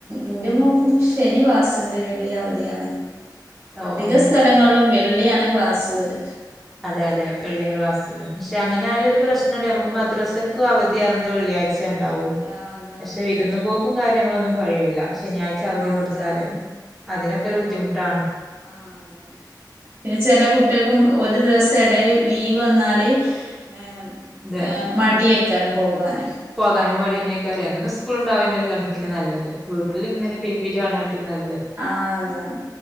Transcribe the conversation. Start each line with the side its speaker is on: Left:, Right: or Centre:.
Right: എന്റെ മോക്കും ശനിവാാസിന്റെ വെള്ളി അവധിയാണ്
Centre: ഓ
Right: അധിക
Centre: ഓ
Right: സ്ഥലങ്ങളിലും വെള്ളിയാണ് ക്ലാസ്ള്ളത്
Centre: അതെ അതെ വെള്ളിയ ക്ലാസ്സ പക്ഷെ
Right: ആഹ്
Centre: അങ്ങനെ ആയാലും ഒരു പ്രശ്നംണ്ട് നമുക്ക് മദ്രാസക്കും അവധിിയറത് വെള്ളിയാഴ്ച ഉണ്ടാവൂ
Right: ആ അതാണ്
Centre: പക്ഷെ ഇട്ടന്ന് പോക്കും കാര്യ നിങ്ങളൊന്നും കഴിവൂല്ല ശനിയാഴ്ച
Right: ശരിയാ
Centre: അവധി
Right: ആഹ്
Centre: കൊടുത്താലും
Right: അതാണ്
Centre: അതിനൊക്കെ ഒരു ബുദ്ധിമുട്ടാണ്
Right: ആഹ അതെെ പിന്നെ ചെില കുട്ടികൾക്കും ഒരു ദിവസം ഇടയിൽ ലീവ് വന്നാല് ഏ
Centre: അതെ
Right: ഏ മടിയെക്കാലും പോകാനും
Centre: പോകാനും വാടിന്നെ കാര്യ എന്നും സ്കൂള ഉണ്ടാവന്ന ഒരു കണക്കിന് നല്ലത് വീട്ടിൽ
Right: അതാണ്
Centre: ഇങ്ങനെ പിരി പിരി ആവണാട്ടിലും നല്ലത്
Right: ആഹ അതാണ്